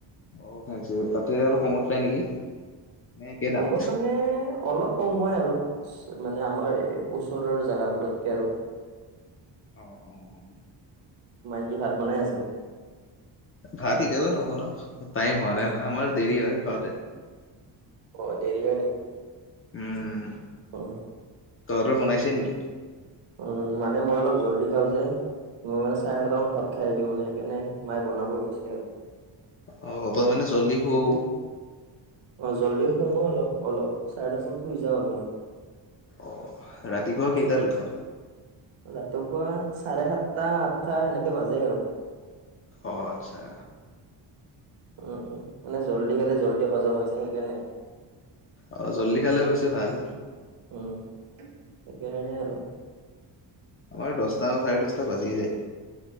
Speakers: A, on the left; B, on the right.
A: অ খে তাতে অলপ কমত পায় নেকি? নে একে
B: কমল
A: দাম?
B: মানে। অলপ কম হয় আৰু, মানে আমাৰ এই ওচৰৰ জেগাবোৰতকে আৰু।
A: অ অ অ।
B: তোমাই কি ভাত বনাই আছে।
A: ভাত এতিয়াতো নব ন টাইম হোৱা নাই নহয় আমাৰ দেৰি হয় খাওঁতে।
B: অ দেৰি হয় নেকি?
A: উম।
B: অ।
A: তহতৰ বনাইছে নেকি?
B: উম মানে মই অলপ জল্দি খাওঁ যে। মই মানে চাৰে নটামান ভাত খাই আহছো মানে সেইকাৰণে মায়ে বনাব গৈছে আৰু।
A: অ অপ মানে জল্লি শুৱও।
B: অ জল্দি শুওঁ অলপ অলপ চাৰে দহ মান শুই যাওঁ আৰু মই
A: অ ৰাতিপুৱা কেইটাত উঠোৱা
B: ৰাতিপুৱা চাৰে সাতটা আঠটা সেনেকে বাজে আৰু
A: অ আচ্ছা
B: উম উম মানে জল্দি খালে জল্দি হজম হয় যে সেইকাৰণে
A: অ জল্দি খালে বেছি ভাল
B: উম, সেইকাৰণে আৰু
A: আমাৰ দচটা চাৰে দচটা বাজিয়ে যায়